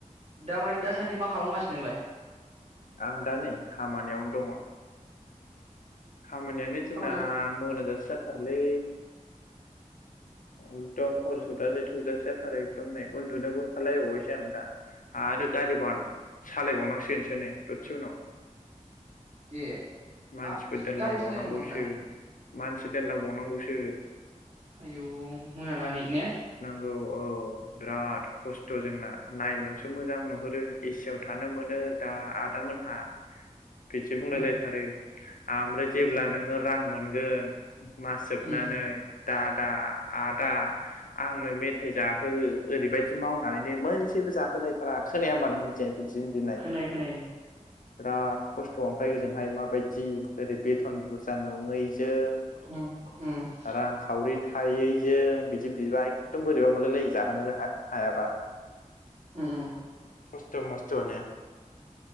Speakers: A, on the right (about 55°); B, on the left (about 85°).
A: दा मानि दा सान्दि मा खालामगासिनो नोंलाइ?
B: आं दा नै खामानियावनो दङ'। खामानियानो जोंना
A: खामानि
B: मोना जासे जा आरोलै एकदम हर सौजासे थौजासे जाथारो एकदम नै उन्दुनोबो ओंखारलायबावबायसो आं दा। आरो गारि बार सालाय बावनांसिगोनसो नै दससे उनाव
A: ए
B: मानसिफोर
A: हाब
B: दोनलांबावनांगौसो।
A: गारिबो सालायनांगौ नामा नोंना
B: मानसि दोनलांबावनांगौसो।
A: आयौ मोनानानै ने।
B: औ औ बिराद खस्थ' जोंना। नायनायावसो मोजां नुहुरो एसि आव थानो मोनो दा आदामोनहा <unintelligible> बुंलायलायथारो।
A: उम
B: आमफ्राय जेब्ला
A: उम
B: नोङो रां मोनगोन मास जोबनानै
A: उम
B: दादा आदा आदा आंनो मेथाइ जाहो ओरैबायदि मावनानैनो मोनसेबो जाहोलायथारा खोनाया होनबा नों बिदि। बिदि बिनाय
A: खोनायो खोनायो
B: बिराद खस्थ' ओमफाय ओजोंहाय माबायदि जि ओरै बेथन बुरजा नङैजों
A: उम उम उम
B: रां खावरि थायै जों बिदि बिबा एखदम बोरैबा मोनलाय लायो जाहोनो हायाबा
A: उम
B: खस्थ' मस्थ'नो